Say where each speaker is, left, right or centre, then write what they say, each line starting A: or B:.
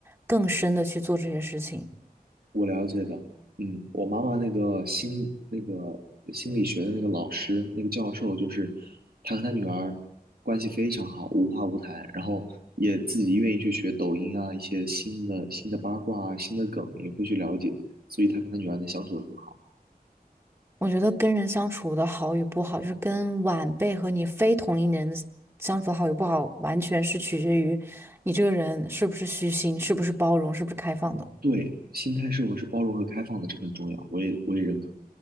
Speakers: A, on the right; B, on the right.
A: 更深的去做这些事情。
B: 我了解的，嗯，我妈妈那个心那个心理学的那个老师那个教授，就是他和他女儿关系非常好，无话不谈，然后也自己愿意去学抖音啊，一些新的新的八卦啊，新的梗也会去了解，所以他跟他女儿能相处的很好。
A: 我觉得跟人相处的好与不好，就是跟晚辈和你非同龄人相处的好与不好，完全是取决于你这个人是不是虚心，是不是包容，是不是开放的。
B: 对，心态是否是包容和开放的，这个很重要，我也我也认可。